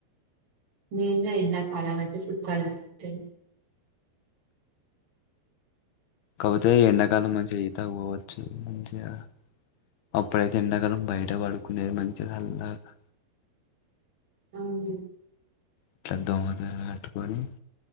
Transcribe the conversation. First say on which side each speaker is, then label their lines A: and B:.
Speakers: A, on the right; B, on the left.
A: మెయిన్ గా ఎండాకాలం అయితే చుక్కలు కనిపిస్తాయి.
B: కాకపోతే ఎండాకాలం మంచి ఈతకు పోవచ్చు మంచిగా. అప్పుడైతే ఎండాకాలం బయట పడుకునేది మంచిగా చల్లాగా.
A: హ్మ్
B: ఇట్లా దోమల తేరా కట్టుకొని